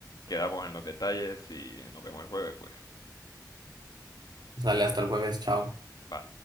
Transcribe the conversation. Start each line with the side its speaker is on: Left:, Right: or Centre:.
Left: quedamos en los detalles y nos vemos el jueves, pues.
Right: Sale hasta el jueves, chao.
Left: Va.